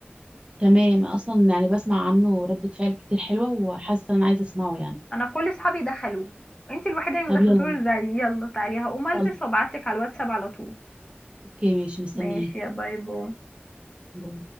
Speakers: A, on the right (about 25°); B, on the left (about 20°).
A: تمام اصلا يعني بسمع عنه ردة فعل كتير حلوة وحاسة ان انا عايزة اسمعه يعني
B: انا كل اصحابي دخلوه انتي الوحيدة اللي
A: طب
B: ما دخلتوش
A: يلا
B: زي يلا تعالي هقوم البس
A: يلا
B: وابعتلك على الواتساب على طول
A: اوكي ماشي مستنياك
B: ماشي يا باي باي
A: باي.